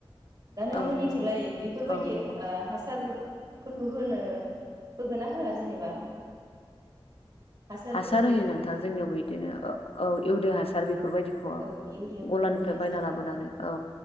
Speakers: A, on the right (about 45°); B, on the left (about 80°).
A: दा नोंथांमोननिथिंलाय
B: औ नंगौ
A: बेफोरबायदि
B: औ नंगौ
A: हासार फोरखौ होनो होगोनना होआ जेनेबा हासारफोरनि
B: हासार होयो नोंथां जोंनियावबो बिदिनो औ इउरि हासार बेफोरबायदिखौ
A: औ इउरियाफोरखौ
B: गलानिफ्राय
A: होनाय
B: बायना
A: जायो
B: लाबोनानै औ